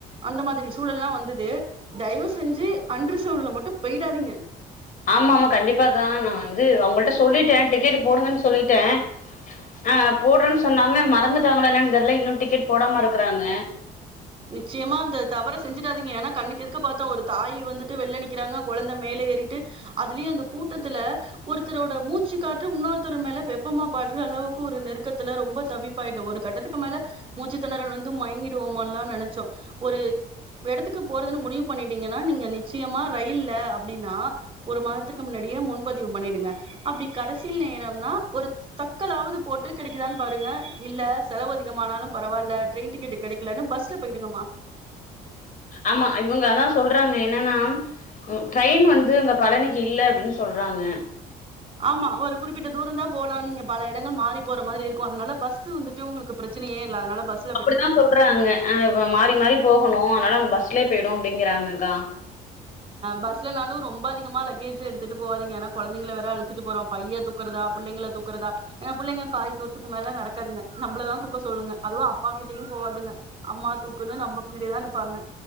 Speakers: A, on the right (about 30°); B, on the left (about 50°).
A: அந்த மாரி சூழல்ல்லா வந்துது தயவு செஞ்சு அன் ரிசர்வட்ல மட்டு போயிடாதீங்க
B: ஆமா ஆமா கண்டிப்பாக்கா நா வந்து அவுங்கள்ட்ட சொல்லிட்டே டிக்கெட் போடுங்கன்னு சொல்லிட்டே ஆ போட்றேன் சொன்னாங்க மறந்துட்டாங்ளா என்னன்னு தெர்ல இன்னு டிக்கெட் போடாம இருக்றாங்க
A: நிச்சயமா அந்த தவற செஞ்சுடாதீங்க ஏனா கண்ணுக்கு எதுக்க பாத்த ஒரு தாயி வந்து வெள்ள நிக்கறாங்க கொழந்த மேலே ஏறிட்டு அதுலயு அந்த கூட்டத்துல ஒருத்தரோட மூச்சு காத்து இன்னொருத்தர் மேல வெப்பமா படுற அளவுக்கு ஒரு நெருக்கத்துல ரொம்ப தவிப் பாய்ட்டு ஒரு கட்டத்துக்கு மேல மூச்சுத்திணறல் வந்து மயங்கிடுவோமோல்லா நெனச்சோ ஒரு எடத்துக்கு போறதுன்னு முடிவு பண்ணிட்டீங்கனா நீங்க நிச்சயமா ரயில்ல அப்டினா ஒரு மாதத்துக்கு முன்னாடியே முன்பதிவு பண்ணிடுங்க அப்டி கடைசி நேரன்னா ஒரு தக்கலாவது போட்டு கெடைக்குதா பாருங்க இல்ல செலவு அதிகமானாலு பரவால்ல ட்ரெயின் டிக்கெட் கெடைக்கலனு பஸ் ல போய்டுங்கம்மா
B: ஆமா இவங்க அதா சொல்றாங்க என்னன்னா ம் ட்ரெயின் வந்து அங்க பழனிக்கு இல்ல அப்டின்னு சொல்றாங்க
A: ஆமா ஒரு குறிப்பிட்ட தூரந் தா போலா நீங்க பல எடங்கள் மாறி போற மாரி இருக்கு அதனால பஸ்ஸு வந்துட்டு ஒங்ளுக்கு பிரச்சனயே இல்ல அதனால பஸ்
B: அப்டித்தா சொல்றாங்க அ மாறி மாறி போகணு அதனால பஸ்லே போயிடு அப்டிங்றாங்கக்கா
A: பஸ்லனாலு ரொம்ப அதிகமா லக்கேஜ் எடுத்து போவாதீங்க ஏனா கொழந்தைங்கள வேற அழச்சிட்டு போறோ பைய தூ தூக்றததா புள்ளங்கள தூக்றதா ஏ புள்ளைங்க பாதி தூரத்துக்கு மேலே நடக்காதுங்க நம்மள தா தூக்க க சொல்லுங்க அதுவு அப்பா கிட்டயு போவாதுங்க அம்மா தூக்குன்னு நம்ம பின்னடிதா நிப்பாங்க